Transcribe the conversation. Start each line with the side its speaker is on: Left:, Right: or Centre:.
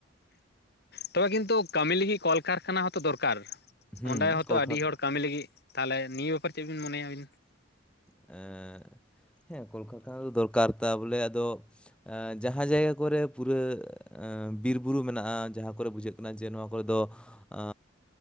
Left: ᱛᱚᱵᱮ ᱠᱤᱱᱛᱩ ᱠᱟᱹᱢᱤ ᱞᱟᱹᱜᱤᱫ ᱠᱚᱞᱠᱟᱨᱠᱷᱟᱱᱟ ᱦᱚᱸᱛᱚ ᱫᱚᱨᱠᱟᱨ
Centre: ᱦᱩᱸ
Left: ᱚᱸᱰᱮ ᱦᱚᱸᱛᱚ
Centre: ᱠᱚᱞᱠᱷᱟᱨ
Left: ᱟᱹᱰᱤ ᱦᱚᱲ ᱠᱟᱹᱢᱤ ᱞᱟᱹᱜᱤᱫ ᱛᱟᱦᱚᱞᱮ ᱱᱤᱭᱟᱹ ᱵᱮᱯᱟᱨ ᱪᱮᱫ ᱵᱤᱱ ᱢᱚᱱᱮᱭᱟ ᱟᱹᱵᱤᱱ?
Centre: ᱮᱸ ᱦᱮᱸ ᱠᱚᱞᱠᱟᱨᱠᱷᱟᱱᱟ ᱫᱚ ᱫᱚᱨᱠᱟᱨ ᱛᱟ ᱵᱚᱞᱮ ᱟᱫᱚ ᱟᱸ ᱡᱟᱦᱟᱸ ᱡᱟᱭᱜᱟ ᱠᱚᱨᱮᱜ ᱯᱩᱨᱟᱹ ᱮᱸ ᱵᱤᱨᱼᱵᱩᱨᱩ ᱢᱮᱱᱟᱜᱼᱟ ᱡᱟᱦᱟᱸ ᱠᱚᱨᱮᱜ ᱵᱩᱡᱷᱟᱹᱜ ᱠᱟᱱᱟ ᱡᱮ ᱱᱚᱣᱟ ᱠᱚᱨᱮ ᱫᱚ ᱟᱼᱼ